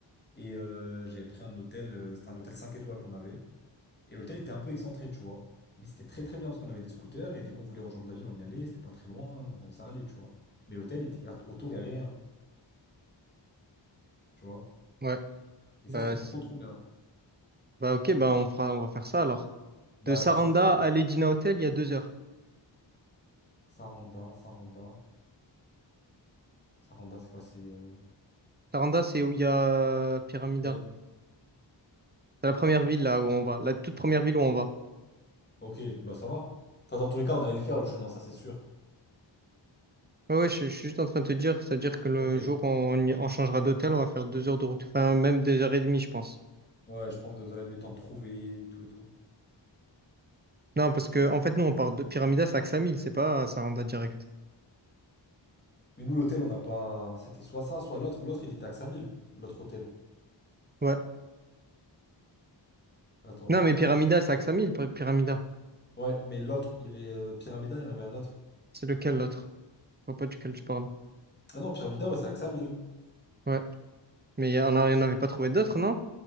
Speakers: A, on the left (about 25°); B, on the right (about 20°).
A: Et euh, j'avais pris un hôtel. euh, c'était un hôtel 5 étoiles qu'on avait. Et l'hôtel était un peu excentré, tu vois. Mais c'était très très bien parce qu'on avait des scooters et dès qu'on voulait rejoindre la ville, on y allait. C'était pas très loin, donc ça allait, tu vois. Mais l'hôtel était autour, il y avait rien. Tu vois?
B: Ouais.
A: Et
B: Bah,
A: ça, c'était trop
B: c'est-
A: trop bien.
B: bah ok, bah on fera, on va faire ça alors.
A: Bah,
B: De Saranda
A: c'est ça, bah.
B: à Ledina Hotel, il y a deux heures.
A: Saranda, Saranda. Saranda, c'est quoi? C'est. euh,
B: Saranda, c'est où il y a Pyramida.
A: Bien.
B: C'est la première ville là où on va, la toute première ville où on va.
A: Ok, bah ça va. Enfin, dans tous les cas, on allait le faire le chemin, ça c'est sûr.
B: Ouais, ouais, je, je suis juste en train de te dire, c'est-à-dire que le
A: Ok.
B: jour où on, y- on changera d'hôtel, on va faire deux heures de route. Enfin, même deux heures et demie, je pense.
A: Ouais, je pense deux heures et demie de temps de trouver et tout et tout.
B: Non, parce que en fait, nous, on part de Pyramida, c'est à Ksamil, c'est pas à Saranda direct.
A: Mais nous, l'hôtel, on n'a pas. C'était soit ça, soit l'autre. L'autre, il était à 5000, l'autre hôtel.
B: Ouais.
A: Attends,
B: Non, mais
A: hein, je
B: Pyramida,
A: te dis.
B: c'est Axamil, Py- Pyramida.
A: Ouais, mais l'autre, il y avait euh, Pyramida, il y en avait un autre.
B: C'est lequel l'autre? Je vois pas duquel tu parles.
A: Ah non, Pyramida, ouais, c'est à 5000.
B: Ouais. Mais il y en a- il y en avait pas trouvé d'autres, non?